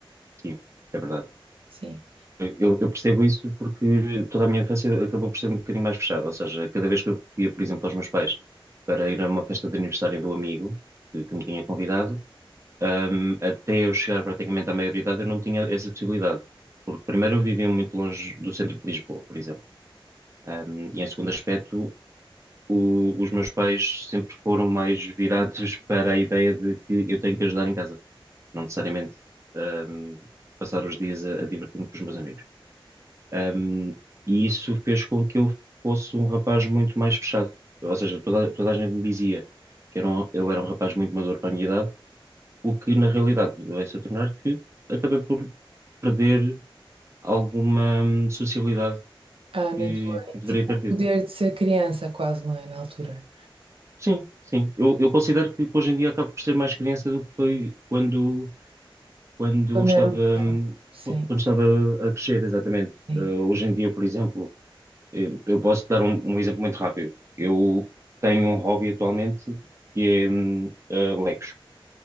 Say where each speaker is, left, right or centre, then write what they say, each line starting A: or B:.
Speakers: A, on the right; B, on the right.
A: sim, é verdade.
B: Sim.
A: Eu, eu percebo isso porque toda a minha infância acabou por ser um bocadinho mais fechada. Ou seja, cada vez que eu ia, por exemplo, aos meus pais para ir a uma festa de aniversário do amigo que, que me tinha convidado, ahm, até eu chegar praticamente à maioridade, eu não tinha essa possibilidade. Porque, primeiro, eu vivia muito longe do centro de Lisboa, por exemplo. Ahm, e, em segundo aspecto, o- os meus pais sempre foram mais virados <laughs> para a ideia de que eu tenho que ajudar em casa, não necessariamente, ahm, passar os dias a, a divertir-me com os meus amigos. Um, e isso fez com que eu fosse um rapaz muito mais fechado. Ou seja, toda, toda a gente me dizia que era um- eu era um rapaz muito maduro para a minha idade, o que na realidade veio-se a tornar que acabei por perder alguma hum, socialidade
B: Ah, na
A: que,
B: tua, é
A: que deveria
B: tipo,
A: ter
B: o
A: tido.
B: poder de ser criança, quase, não é? Na altura.
A: Sim, sim. Eu, eu considero que hoje em dia acabo por ser mais criança do que foi quando, quando
B: Quando
A: estava,
B: era o
A: hum,
B: Sim,
A: quando estava a crescer, exatamente.
B: sim.
A: Uh, hoje em dia, por exemplo. Eu eu posso dar um, um exemplo muito rápido. Eu tenho um hobby atualmente que é hum, eh, Legos.